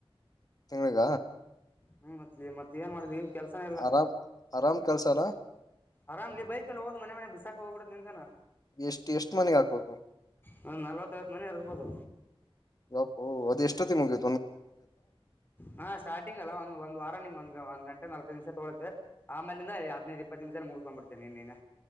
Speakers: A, on the left; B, on the left.
A: ತಿಂಗ್ಳಗ
B: ಹ್ಮ್ ಮತ್ಲೇ ಮತ್ತ ಏನ್ ಮಾಡ್ದ ಇನ್ ಕೆಲ್ಸನ ಇಲ್ಲ
A: ಆರಾಮ್ ಆರಾಮ್ ಕೆಲ್ಸಾರ
B: ಆರಾಮ್ಲೇ ಬೈಕಲ್ಲಿ ಹೋಗದ್ ಮನೆ ಮನೆ ಬಿಸಾಕ್ ಹೋಗ್ಬಿಡ್ದ್ ನಿಂದೇನ
A: ಎಷ್ಟ್ ಎಷ್ಟ್ ಮನಿಗ್ ಹಾಕ್ಬೇಕು
B: ಹ ನಲ್ವತ್ತೈವತ್ತು ಮನೆ ಇರ್ಬೋದು
A: ಯಪ್ಪೌ ಅದ ಎಷ್ಟೊತ್ತಿಗ ಮುಗ್ಯ
B: ಹಾ ಸ್ಟಾರ್ಟಿಂಗ್ ಅಲ್ಲ ಒಂದ್ ಒಂದ್ ವಾರ ನಿಂಗ್ ಒಂದ್ ಒಂದ್ ಗಂಟೆ ಮ್ಯಾಲ್ ಮಷ ತಗಳುತ್ತೆ ಆಮೇಲಿಂದ ಹದಿನೈದು ಇಪ್ಪತ್ತು ನಿಮಿದಲ್ಲಿ ಮುಗ್ಸೊಂಡ್ಬಿಡ್ತಿಯ ನೀನ